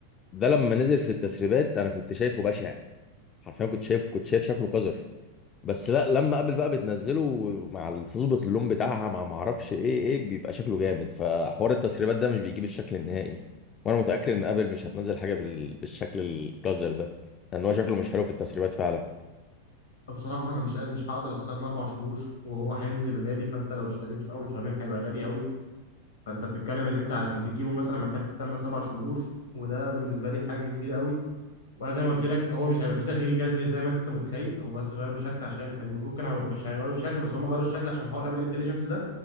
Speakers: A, on the left; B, on the left.
A: ده لما نزل في التسريبات انا كنت شايفه بشع حرفيا كنت شايف كنت شايف شكله قذر بس لا لما ابل بقى بتنزله مع ال- تظبط اللون بتاعها مع ما اعرفش ايه ايه بيبقى شكله جامد فحوار التسريبات ده مش بيجيب الشكل النهائي وانا متاكد ان ابل مش هتنزل حاجه بال... بالشكل القذر ده لان هو شكله مش حلو في التسريبات فعلا
B: بصراحة أنا مش قادر مش هقدر أستنى أربع شهور وهو هينزل غالي فأنت لو اشتريته في أول شهرين هيبقى غالي أوي فأنت بتتكلم اللي أنت عشان تجيبه مثلا محتاج تستنى سبع شهور وده بالنسبة لي حاجة كبيرة أوي وأنا زي ما قلت لك هو مش هيبقى فيه تغيير جذري زي ما أنت متخيل هو بس غيروا الشكل عشان المفروض كانوا مش هيغيروا الشكل بس هم غيروا الشكل عشان حوار أبل انتليجنس ده